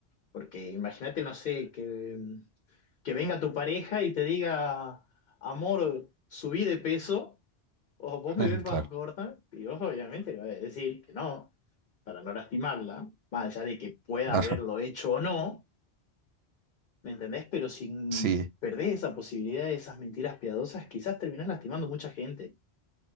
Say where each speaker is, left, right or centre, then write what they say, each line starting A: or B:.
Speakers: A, on the left (about 55°); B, on the right (about 70°).
A: porque imagínate, no sé, que que venga tu pareja y te diga, amor, subí de peso, o vos
B: <laughs>
A: me ves más
B: claro,
A: gorda, y vos obviamente le vas a decir que no, para no lastimarla, más allá de que pueda
B: claro.
A: haberlo hecho o no, ¿me entendés? Pero si
B: Sí,
A: perdés esa posibilidad de esas mentiras piadosas, quizás terminás lastimando mucha gente.